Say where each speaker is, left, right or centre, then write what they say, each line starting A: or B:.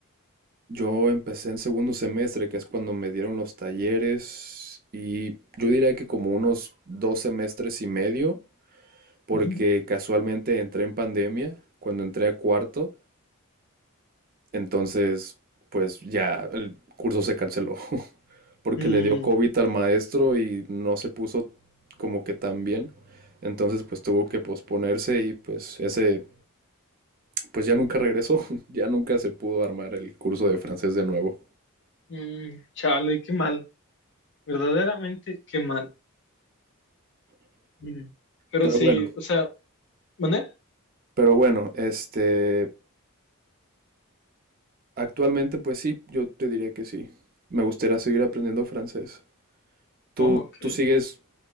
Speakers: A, on the right (about 40°); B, on the left (about 55°).
A: yo empecé en segundo semestre, que es cuando me dieron los talleres, y yo diría que como unos dos semestres y medio, porque
B: Ujú.
A: casualmente entré en pandemia, cuando entré a cuarto, entonces pues ya el curso se canceló. porque
B: Mm,
A: le dio COVID al maestro y no se puso como que tan bien. Entonces pues tuvo que posponerse y pues ese pues ya nunca regresó, <laughs> ya nunca se pudo armar el curso de francés de nuevo.
B: mm, chale, qué mal. Verdaderamente, qué mal. Mm. Pero
A: Pero
B: sí,
A: bueno,
B: o sea, ¿mané?
A: pero bueno, este actualmente pues sí, yo te diría que sí. Me gustaría seguir aprendiendo francés. ¿Tú
B: Ok.
A: tú sigues